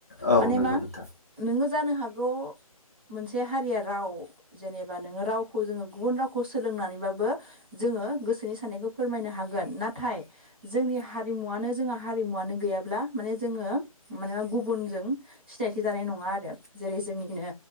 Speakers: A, on the left; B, on the right.
A: औ
B: माने
A: नंगौ
B: मा
A: नोंथां
B: नोङो जानो हागौ मोनसे हारिया राव जेनेबा नोङो रावखौ जोङो गुबुन रावखौ सोलोंनानैबाबो जोङो गोसोनि साननायखौ फोरमायनो हागोन नाथाय जोंनि हारिमुवानो जोंहा हारिमुवानो गैयाब्ला माने जोङो मानोना गुबुनजों सिनायथि जानाय नङा आरो जेरै जोंनिनो